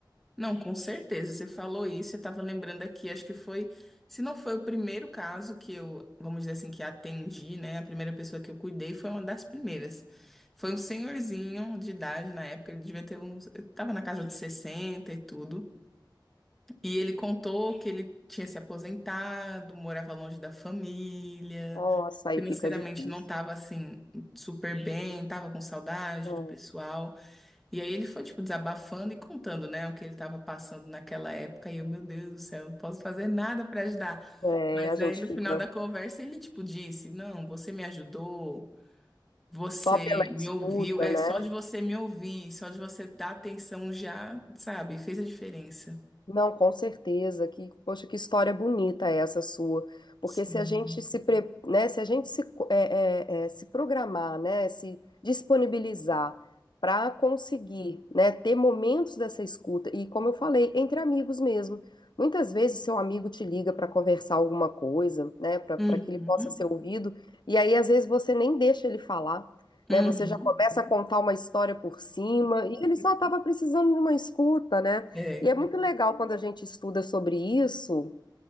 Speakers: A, in the centre; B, on the left.
A: Não, com certeza. Você falou isso, eu estava lembrando aqui, acho que foi, se não foi o primeiro caso que eu, vamos dizer assim, que atendi, né? A primeira pessoa que eu cuidei foi uma das primeiras. Foi um senhorzinho de idade na época, ele devia ter uns, estava na casa de 60 e tudo. E ele contou que ele tinha se aposentado, morava longe da família,
B: Nossa, aí
A: financeiramente
B: fica difícil.
A: não estava assim super bem, estava com saudade
B: Então,
A: do pessoal. E aí ele foi, tipo, desabafando e contando, né, o que ele estava passando naquela época. E eu, meu Deus do céu, não posso fazer nada para ajudar.
B: é,
A: Mas
B: a gente
A: aí no
B: fica
A: final da conversa ele, tipo, disse: Não, você me ajudou, você
B: só pela
A: me
B: escuta,
A: ouviu. É
B: né?
A: só de você me ouvir, só de você dar atenção já, sabe, fez a diferença.
B: Não, com certeza. Que, poxa, que história bonita é essa sua. Porque
A: Sim.
B: se a gente se, pre- né, se a gente se, co- é, é, é, se programar, né, se disponibilizar para conseguir, né, ter momentos dessa escuta e, como eu falei, entre amigos mesmo. Muitas vezes seu amigo te liga para conversar alguma coisa, né, para
A: Uhum.
B: para que ele possa ser ouvido. E aí, às vezes, você nem deixa ele falar, né?
A: Uhum.
B: Você já começa a contar uma história por cima e ele só estava precisando de uma escuta, né?
A: É,
B: E é muito legal quando a gente estuda sobre isso